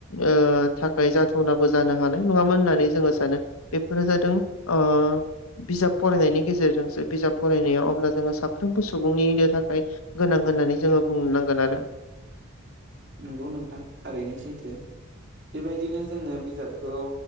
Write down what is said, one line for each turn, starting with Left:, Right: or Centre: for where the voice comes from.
Left: ओ थाखाय जाथावनाबो जानो हानाय नङामोन होननानै जोङो सानो बेफोरो जादों ओ बिजाब फरायनायनि गेजेरजोंसो बिजाब फरायनाया अब्ला जोङो साफ्रोमबो सुबुंनिनो थाखाय गोनां होननानै जोङो बुंनो नांगोन आरो।
Right: नंगौ नोंथां थारैनो सैथो बेबायदिनो जोङो बिजाबखौ